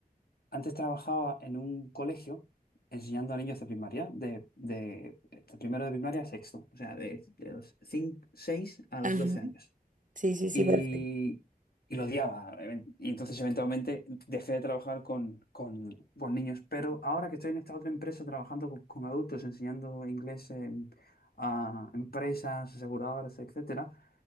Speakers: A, on the left (about 70°); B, on the right (about 55°).
A: antes trabajaba en un colegio enseñando a niños de primaria, de, de, de primero de primaria a sexto, o sea, de, de los 5, 6 a los
B: Ajá.
A: 12 años.
B: Sí, sí, sí,
A: y,
B: perfecto.
A: y lo odiaba. Y entonces eventualmente dejé de trabajar con, con, con niños. Pero ahora que estoy en esta otra empresa trabajando con, con adultos, enseñando inglés en- a empresas, aseguradoras, etcétera,